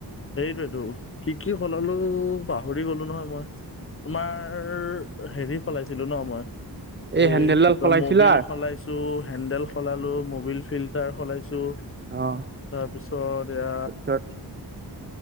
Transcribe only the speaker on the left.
সেইটেৱেতো কি কি সলালো পাহৰি গলো নহয় মই। তোমাৰ হেৰি সলাইছিলো ন মই। এই
কি কয়
মবিল সলাইছো, হেন্দেল সলালো, মবিল ফিল্টাৰ সলাইছো।
তাৰপিছত এয়া